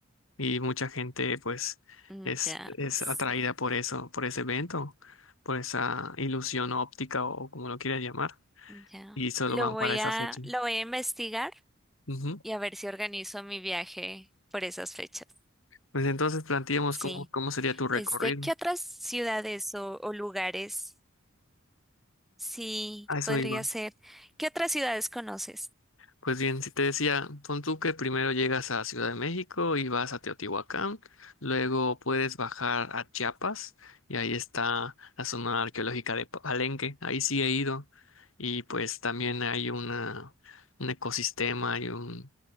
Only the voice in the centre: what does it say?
Mm,
Ya,
sí,
ya.
Lo
voy
a,
lo voy a investigar
y a ver si organizo mi viaje por esas fechas.
Sí.
Este, ¿qué otras ciudades o, o lugares? Sí,
podría
ser. ¿Qué otras ciudades conoces?